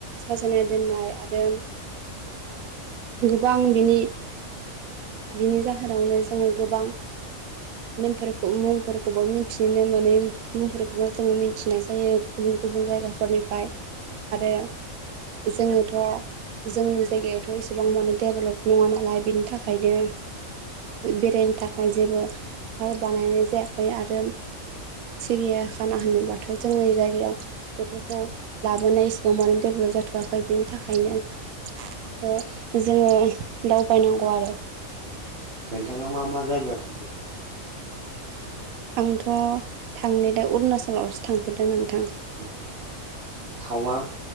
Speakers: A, on the right; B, on the right.
A: साजायनाय दोननाय आरो गोबां बिनि बिनि जाहोनावनो जोङो गोबां नेमफोरखौ मुंफोरखौबो मिथिनो मोनै मुंफोरखौबो जोङो मिथिनाय जायो गुबुन गुबुन जायगाफोरनिफ्राय
B: <inaudible>
A: आरो जोङोथ जोंनि जायगायाथ' एसेबां माने डेभलप नङा नालाय बेनि थाखायनो बेरायनो थाखाय जेबो पार्क बानायनाय जायाखै आरो सिरिया खाना होनोब्लाथ जोंनि जायगायाव बेफोरखौ लाबोनाय इसेबां मानो डेभेलप जाथवाखै बेनि थाखायनो ओ जोङो दावबायनांगौ आरो
B: उम नोंथाङा मा मा जायगायाव थांफेरखो
A: आंथ थांनो दा उरणाचलावसो थांफेरदों नोंथां
B: न <inaudible> थावां